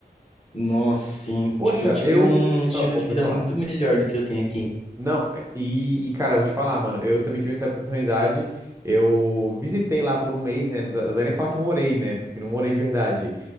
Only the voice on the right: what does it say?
Poxa,
eu.
ah, oh,
pode
falar.
Não, é- e, e, cara, eu vou te falar, mano, eu também tive essa oportunidade. Eu visitei lá por um mês, né? Não dá não dá nem pra falar que morei, né? Porque não morei de verdade.